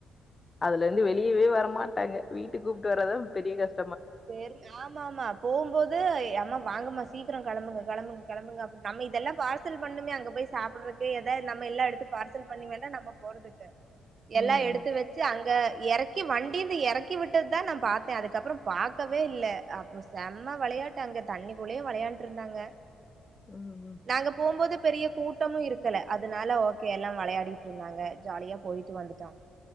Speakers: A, on the left; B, on the right.
A: அதுல இருந்து வெளியவே வரமாட்டாங்க வீட்டுக்கு கூப்ட்டு வர்றதா பெரிய கஸ்
B: செரி ஆமா ஆமா போம்போது அம்மா வாங்கமா சீக்கிரம் கெளம்புங்க கெளம்புக்க கெளம்புங்க அ நம்ம இதெல்லாம் பார்சல் பண்ணுமே அங்க போய் சாப்றதுக்கு ஏத நம்ம எல்ல எடுத்து பார்சல் பண்ணி வேணா நம்ம போறதுக்கு எல்லா
A: ம்
B: எடுத்து
A: ம்
B: வச்சு அங்க எறக்கி வண்டிந்து எறக்கி விட்டது தா நா பாத்த அதுக்கப்ரோம் பாக்கவே இல்ல அப்போ செம்ம விளையாட்டு அங்க தண்ணிக்குள்ளேயே விளையாண்டுட்டு இருந்தாங்க
A: ம் ம்
B: நாங்க போம்போது பெரிய கூட்டமு இருக்கல்ல அதனால ஓகே எல்லா விளையாடிட்டு இருந்தாங்க ஜாலியா போயிட்டு வந்துட்டோம்